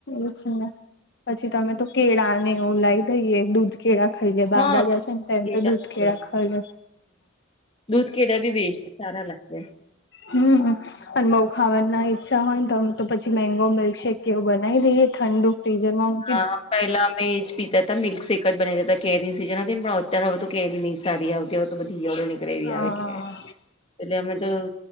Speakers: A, on the left; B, on the left.
A: એ છે ને પછી તમે તો કેળાને એવું લાવી દઈએ દૂધ કેળા ખાઈ લે બાદા
B: હા કેળા
A: જ છે ને તેમ તો દૂધ
B: સારું.
A: કેળા ખાઈ લે.
B: કેડાાવેસ્ટ સારા લાગ્યા.
A: હમ અને બઉ ખાવાના ઈચ્છા હોય ને તો તો પછી મેંગો મિલ્કશેેક કેવું બનાવી દઈએ ઠંડુ ફ્રીઝરમાં મુકિ
B: હા અ એલા મેં એ જ પીતા હતા મિલ્ક શેક જ બનાવીતા એજ પીતાહતા કેરીની સીઝન હતી પણ અત્યારે હવે તો કે નહી સારી આવતી હોય તો બધી ઈયળો નીકડે ગ્રેવી
A: હા.
B: આવે એટલે અમે તો